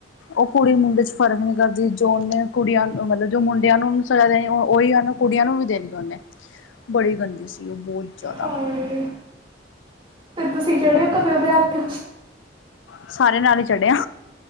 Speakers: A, on the left; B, on the right.
A: ਓ ਕੁੜੀ ਮੁੰਡੇ ਚ ਫਰਕ ਨੀ ਕਰਦੀ ਜੋ ਓਨੇ ਕੁੜੀਆਂ ਮਤਲਬ ਜੋ ਮੁੰਡਿਆਂ ਨੂੰ ਸਜਾ ਦੇਣੀ ਓ ਓਈ ਓਨੇ ਕੁੜੀਆਂ ਨੂੰ ਵੀ ਦੇਨੀ ਓਨੇ ਬੜੀ ਗੰਦੀ ਸੀ ਓ ਬੋ ਜਾਦਾ।
B: ਹੋਰ ਤੇ ਤੁਸੀਂ ਚੜਿਓ ਕਦੇ ਓਦੇ ਹੱਥ?
A: ਸਾਰਿਆਂ ਨਾਲ ਈ ਚੜ੍ਹਿਆ।